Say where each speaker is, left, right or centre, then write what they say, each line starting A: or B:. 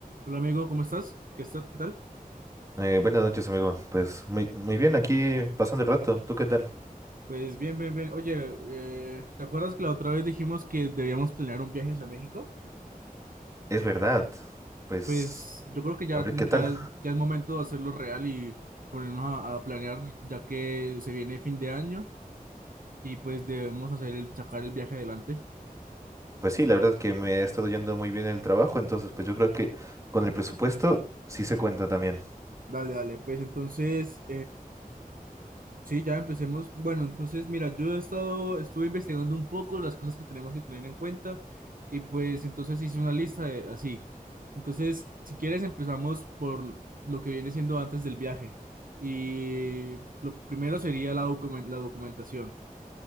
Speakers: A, on the right (about 65°); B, on the right (about 20°).
A: Hola amigo, ¿cómo estás? ¿Qué está- qué tal?
B: Eh, buenas noches, amigo. Pues muy, muy bien, aquí pasando el rato. ¿Tú qué tal?
A: Pues bien, bien, bien. Oye, eh, ¿te acuerdas que la otra vez dijimos que debíamos planear un viaje hacia México?
B: Es verdad. Pues
A: Pues yo creo que ya,
B: a ver qué tal.
A: ya, es- ya es momento de hacerlo real y ponernos a, a planear ya que se viene fin de año y pues debemos hacer el, sacar el viaje adelante.
B: Pues sí, la verdad es que me ha estado yendo muy bien el trabajo, entonces pues yo creo que con el presupuesto sí se cuenta también.
A: Dale, dale, pues entonces Sí, ya empecemos. Bueno, entonces, mira, yo he estado, estuve investigando un poco las cosas que tenemos que tener en cuenta y pues entonces hice una lista de así. Entonces, si quieres, empezamos por lo que viene siendo antes del viaje. Y lo primero sería la documen- la documentación.